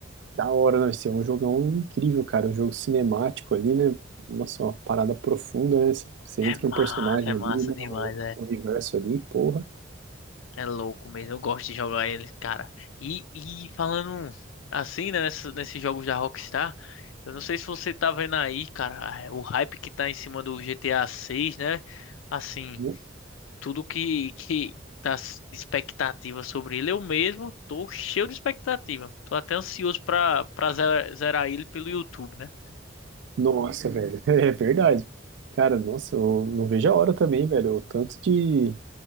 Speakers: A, on the right; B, on the left.
A: Da hora, não, esse é um jogão incrível, cara. Um jogo cinemático ali, né? Nossa, uma parada profunda, né? Você você entra
B: É massa,
A: no personagem
B: é
A: ali,
B: massa
A: no
B: demais,
A: universo ali, porra.
B: É louco mesmo, eu gosto de jogar ele, cara. E, e falando assim, né, nessa- nesses jogos da Rockstar, eu não sei se você tá vendo aí, cara, é, o hype que tá em cima do GTA 6, né? Assim,
A: No-
B: tudo que, que tá s- de expectativa sobre ele, eu mesmo tô cheio de expectativa. Tô até ansioso pra, pra ze- zerar ele pelo YouTube, né?
A: Nossa, velho. <laughs> É verdade. Cara, nossa, eu não vejo a hora também, velho. O tanto de,